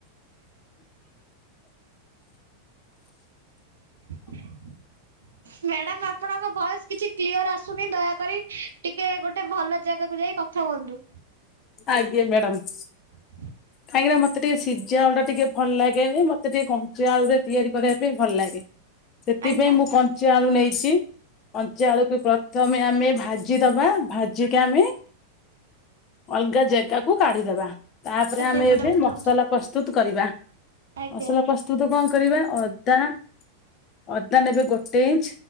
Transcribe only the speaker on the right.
ମ୍ୟାଡାମ ଆପଣଙ୍କ ଭଏସ କିଛି କ୍ଲିୟର ଆସୁନି ଦୟାକରି ଟିକେ ଗୋଟେ ଭଲ ଜାଗାକୁ ଯାଇ କଥା ହୁଅନ୍ତୁ।
ହଁ
ଆଜ୍ଞା
ଆଜ୍ଞା
ମ୍ୟାଡାମ
କୁହନ୍ତୁ
ଆଜ୍ଞା